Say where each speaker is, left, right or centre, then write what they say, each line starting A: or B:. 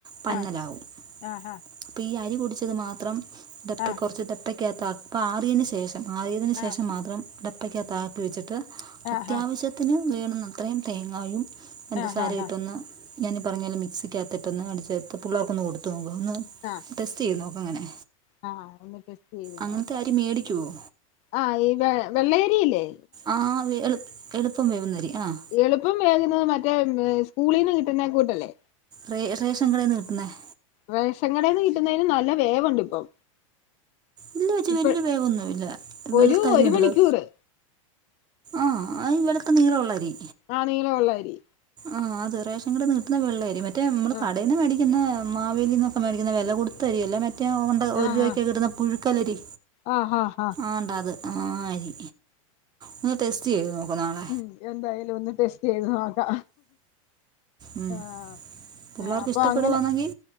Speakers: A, on the right; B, on the left.
A: പന്നലാവും
B: ആഹ് ആഹ്
A: അപ്പ ഈ അരി പൊടിച്ചത് മാത്രം ഡപ്പ
B: ആഹ് ആഹ്
A: കുറച്ച് ഡപ്പ ക്കകത്ത് ആറിയതിനു ശേഷം ആറിയതിന് ശേഷം
B: ആഹ്
A: മാത്രം ടപ്പക്കകത്ത് ആക്കി വെച്ചിട്ട്
B: ആഹ്
A: അത്യാവശ്യത്തിന് വേണുന്ന അത്രയും തേങ്ങായും പഞ്ചസാരായിട്ടൊന്ന്
B: ആഹ്
A: ഞാൻ ഈ പറഞ്ഞോല മിക്സിക്കകത്തിട്ട ഒന്ന് അടിച്ചേർത്ത് പിള്ളേർക്കൊന്ന് കൊടുത്ത് നോക്കു ഒന്ന്
B: ആഹ്
A: ടെസ്റ്റ് ചെയ്ത് നോക്കു അങ്ങനെ
B: ആഹ് ഒന്ന് ടെസ്റ്റ് ചെയ്ത്
A: അങ്ങനത്തെ
B: നോക്കാം
A: അരി മേടിക്കുമോ
B: ആഹ് ഈ വ വെള്ളയരിയല്ലേ
A: ആഹ് എളു എളുപ്പം വേവുന്നരി ആഹ്
B: എളുപ്പം വേകുന്നത് മറ്റേ സ്കൂളിൽ നിന്ന് കിട്ടുന്നേ കൂട്ടല്ലേ
A: റേ റേഷൻ കടയന്ന് കിട്ടുന്നത്
B: റേഷൻ കടന്ന് കിട്ടുന്നതിന് നല്ല വേവുണ്ട് ഇപ്പം
A: ഇല്ല ചേച്ചി വല്യ
B: ഇപ്പ
A: വേവന്നുല്ല വെളുത്തരി
B: ഒരു ഒരു
A: ഉണ്ടല്ലോ
B: മണിക്കൂറ്
A: ആഹ് ഈ വെളക്ക നീള ഉള്ളരി
B: ആഹ് നീളമുള്ള അരി
A: ആഹ് അത് റേഷൻ കടേന് കിട്ടുന്ന വെള്ളയരി മറ്റേ നമ്മള്
B: ആ
A: കടയിൽ നിന്ന് മേടിക്കുന്ന മാവേലിന്നൊക്കെ മേടിക്കുന്ന വെല കൊടുത്തരി അല്ല മറ്റേ കൊണ്ട ഒരു
B: ആ
A: രൂപക്കെ
B: ആ
A: കിട്ടുന്ന പുഴുക്കലരി
B: ആ ഹാ ഹാ
A: ആണ്ട അത് ആ അരി ഒന്ന് ടെസ്റ്റ് ചെയ്ത് നോക്ക് നാളെ
B: ഉം എന്തായാലും ഒന്ന് ടെസ്റ്റ് ചെയ്ത് നോക്കാം
A: ഉം.
B: ആഹ്
A: പിള്ളേർക്ക്
B: ആഹ് അപ്പൊ
A: ഇഷ്ടപ്പെടുവാണെങ്കിൽ
B: അങ്ങനെ